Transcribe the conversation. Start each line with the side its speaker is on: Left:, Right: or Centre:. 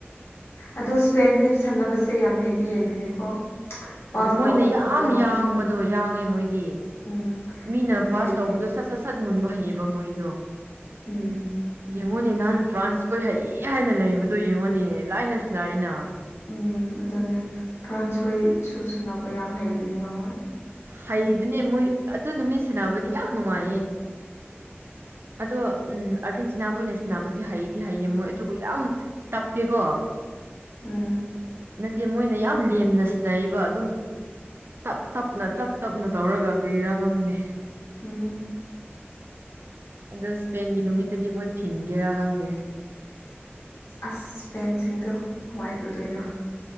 Left: ꯑꯗꯨ ꯁ꯭ꯄꯦꯟꯗꯤ ꯁꯥꯟꯅꯕꯁꯦ ꯌꯥꯝ ꯍꯩꯗꯤ ꯍꯩꯕꯅꯦꯀꯣ ꯄꯥꯁ
Right: ꯃꯣꯏꯅ
Left: ꯇꯧꯕꯒꯨꯝꯕꯗꯣ
Right: ꯌꯥꯝ ꯌꯥꯡꯕꯗꯣ ꯌꯥꯡꯉꯦ ꯃꯣꯏꯗꯤ
Left: ꯎꯝ
Right: ꯃꯤꯅ
Left: ꯌꯥꯝ
Right: ꯄꯥꯁ
Left: ꯍꯩ
Right: ꯇꯧꯕꯗꯣ ꯁꯠ ꯁꯠ ꯁꯠ ꯃꯨꯟꯕ ꯍꯩꯌꯦꯕ ꯃꯣꯏꯗꯣ
Left: ꯎꯝ
Right: ꯌꯦꯡꯉꯣꯅꯦ ꯅꯍꯥꯟ ꯐ꯭ꯔꯥꯟꯁꯈꯣꯏ ꯍꯩ ꯍꯥꯏꯅ ꯂꯩꯕꯗꯣ ꯌꯦꯡꯉꯣꯅꯦ ꯂꯥꯏꯅ ꯁꯥꯟꯅꯩꯅ
Left: ꯎꯝ ꯑꯗꯨꯅꯦ ꯐ꯭ꯔꯥꯟꯁ ꯍꯣꯏꯁꯨꯨ ꯁꯅꯕ ꯌꯥꯝ ꯍꯩꯕꯅꯦ ꯕ ꯍꯣꯏ
Right: ꯍꯩꯕꯅꯦ ꯃꯣꯏ ꯑꯗꯨ ꯅꯨꯃꯤꯠ ꯁꯥꯟꯅꯕꯗꯤ ꯌꯥꯝ ꯅꯨꯡꯉꯥꯏꯌꯦ ꯑꯗꯣ ꯎꯝ ꯑꯥꯔꯖꯦꯟꯇꯤꯅꯥ ꯈꯣꯏꯅ ꯁꯥꯟꯅꯅꯕꯁꯦ ꯍꯩꯗꯤ ꯍꯩꯌꯦ ꯃꯣꯏ ꯑꯗꯨꯕꯨ ꯌꯥꯝ ꯇꯞꯄꯦꯀꯣ
Left: ꯎꯝ
Right: ꯅꯠꯇꯦ ꯃꯣꯏꯅ ꯌꯥꯝ ꯂꯦꯝꯅ ꯁꯤꯟꯅꯩꯕ ꯑꯗꯨꯝ ꯇꯞ ꯇꯞꯅ ꯇꯞ ꯇꯞꯅ ꯇꯧꯔꯒ ꯀ꯭ꯔꯤꯔꯥ ꯈꯪꯗꯦ
Left: ꯎꯝ
Right: ꯑꯗꯣ ꯁ꯭ꯄꯦꯟꯒꯤ ꯅꯨꯃꯤꯠꯇꯗꯤ ꯃꯣꯏ ꯊꯤꯡꯒꯦꯔꯥ ꯈꯪꯗꯦ
Left: ꯑꯁ ꯏ꯭ꯁꯄꯦꯟꯁꯤꯡꯗꯣ ꯀꯃꯥꯏꯅ ꯇꯧꯗꯣꯏꯅꯣ